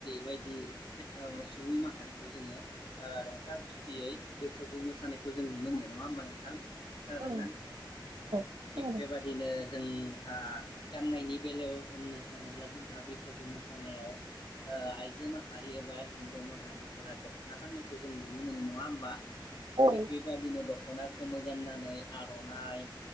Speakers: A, on the left (about 75°); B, on the right (about 65°).
A: बायदि सुबुं माहारिखौ जोंङो रंजा खुसियै बैसागु मोसानायखौ जों नुनो मोनो। नङा होमबा नोंथां? खोनादोंना
B: औ खोनादों
A: थिग बेबादिनो जोंहा गाननायनि बेलायाव होननो थाङोब्ला जोंहा बैसागु मोसानायाव आइजो माहारि एबा हिन्जाव माहारिफोरा दख'ना गाननायखौ जों नुनो मोनो नङा होमबा।
B: औ
A: थिग बेबादिनो दख खना गोमो गाननानै आर'नाइ